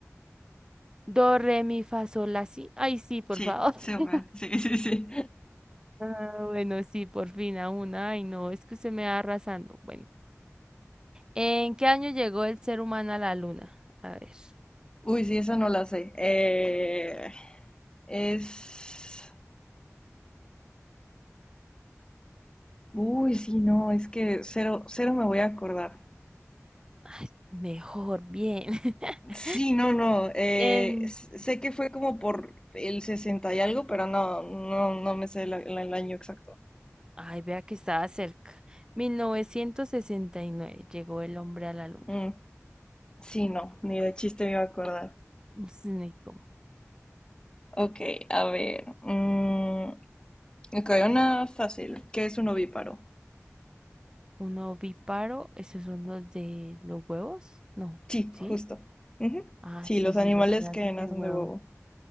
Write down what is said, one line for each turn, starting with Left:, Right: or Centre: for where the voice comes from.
Right: Do, re, mi, fa, sol, la, si. Ay, sí, por
Left: Sí,
Right: favor.
Left: súper.
Right: <laughs>
Left: Sí, sí, sí.
Right: Ah, bueno, sí, por fin a una. Ay, no, es que usted me va arrasando. Bueno, ¿en qué año llegó el ser humano a la luna? A ver.
Left: Uy, sí, esa no la sé. Eh, es... Uy, sí, no, es que cero, cero me voy a acordar.
Right: Ay, mejor, bien. <laughs>
Left: Sí, no, no. eh,
Right: En,
Left: s- sé que fue como por el 60 y algo, pero no, no, no me sé la- la- el año exacto.
Right: ay, vea que estaba cerca. mil novecientos sesenta y nueve llegó el hombre a la luna.
Left: Mm, sí, no, ni de chiste me iba a acordar.
Right: Ups, ni cómo.
Left: Ok, a ver. mm, ok, una fácil. ¿Qué es un ovíparo?
Right: Un ovíparo, esos son los de los huevos, no,
Left: Sí,
Right: ¿sí?
Left: justo. Ujú.
Right: Ah,
Left: Sí,
Right: sí,
Left: los
Right: sí,
Left: animales
Right: los que hacen
Left: que nacen
Right: de huevos.
Left: de huevo.